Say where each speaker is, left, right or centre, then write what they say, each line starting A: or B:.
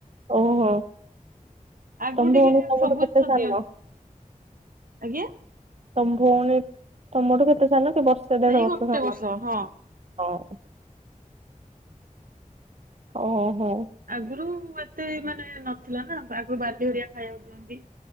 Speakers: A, on the right; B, on the right.
A: ଓହୋ
B: ଆଗରୁ
A: ତମେ
B: ଟିକେ
A: ଆମେ ଆମଠୁ
B: ସବୁ ଜିନିଷ
A: ସାନ।
B: ଦିଅ ଆଜ୍ଞା
A: ତମ ଭଉଣୀ, ତମଠୁ କେତେ ସାନ କି ବର୍ଷେ ଦେଢ
B: ସେଇ
A: ବର୍ଷ
B: ଗୋଟେ
A: ସାନ।
B: ହଁ।
A: ହଁ ଓହୋ
B: ଆଗରୁ ଏତେ ମାନେ ନଥିଲା ନା, ଆଗରୁ ବାଲି ହେରିକା ଖାଇବାକୁ ଦିଅନ୍ତି।